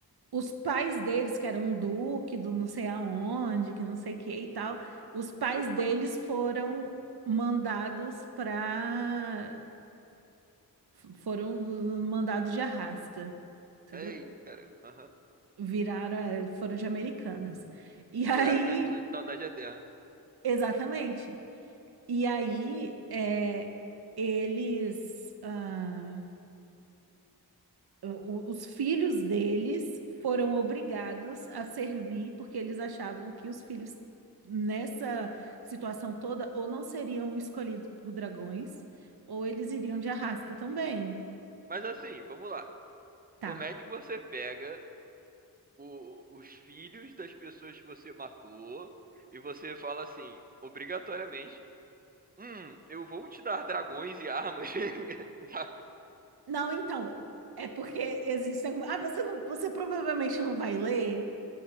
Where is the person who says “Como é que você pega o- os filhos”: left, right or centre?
Right